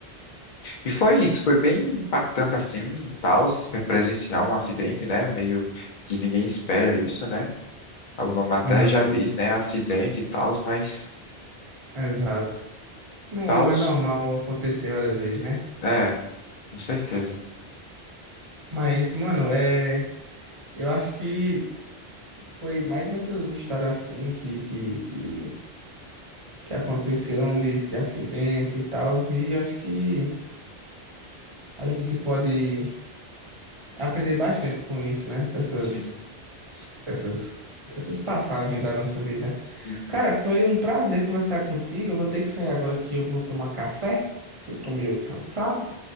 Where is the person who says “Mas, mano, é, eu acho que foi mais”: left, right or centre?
Right